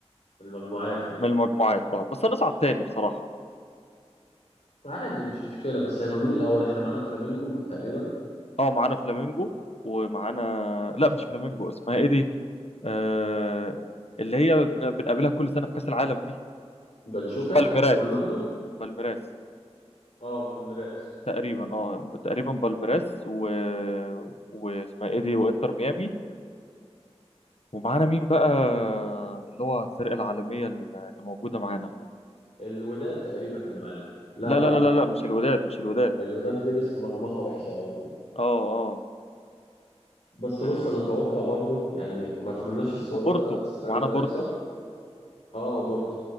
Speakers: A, on the left (about 80°); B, on the left (about 65°).
A: في المجموعات يعني
B: من المجموعات اه بس هنصعد تاني بصراحه
A: عادي مش مشكلة بس هيبقى مين الأول إحنا معانا فلامينجو تقريبا
B: اه معانا فلامينجو ومعانا لا مش فلامينجو اسمها ايه دي آه... اللي هي بن- بنقابلها كل سنه في كاس العالم دي
A: باتشوكا
B: بالميراس
A: أورلاندو
B: بالميراس
A: أه بالميراس
B: تقريبا اه تقريبا بالميراس و... واسمها ايه دي وانتر ميامي ومعانا مين بقى اللي هو الفرقة العالمية اللي موجودة معانا
A: الوداد تقريبا اللي معانا لا
B: لا
A: لا
B: لا لا لا لا مش الوداد مش الوداد
A: الوداد لبس في مجموعة <laughs> وحشة أوي
B: اه اه
A: بس
B: آه،
A: بص انا اتوقع برضو يعني ما اتمناش السيناريو
B: وبورتو
A: ده السيناريو
B: ومعانا
A: ده
B: بورتو
A: يحصل اه بورتو